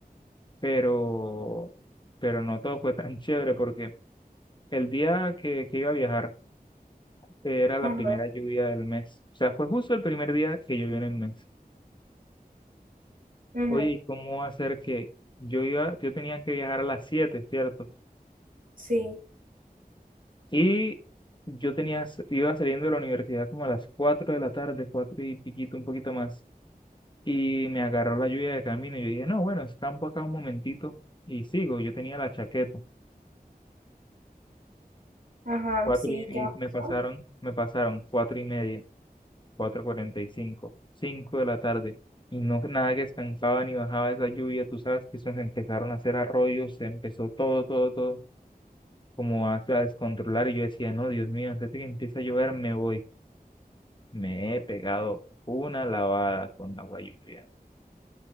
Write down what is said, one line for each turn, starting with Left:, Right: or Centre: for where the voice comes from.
Left: pero, pero no todo fue tan <laughs> chévere porque el día que, que iba a viajar eh, era la
Right: ajá,
Left: primera lluvia del mes. O sea, fue justo el primer día que llovió en el mes.
Right: ujú,
Left: Oye, ¿y cómo va a ser que yo iba, yo tenía que viajar a las 7, ¿cierto?
Right: sí,
Left: Y yo tenía, s- iba saliendo de la universidad como a las 4 de la tarde, 4 y piquito, un poquito más. Y me agarró la lluvia de camino y yo dije, no, bueno, escampo acá un momentito y sigo. Yo tenía la chaqueta.
Right: ajá,
Left: Cuatro
Right: sí,
Left: y,
Right: ¿qué más
Left: y me pasaron,
Right: pasó?
Left: me pasaron cuatro y media, cuatro cuarenta y cinco, cinco de la tarde, y no nada que estancaba ni bajaba esa lluvia, tú sabes que eso se empezaron a hacer arroyos, se empezó todo, todo, todo, como a, a descontrolar, y yo decía, no, Dios mío, antes de que empiece a llover me voy. Me he pegado una lavada con agua lluvia.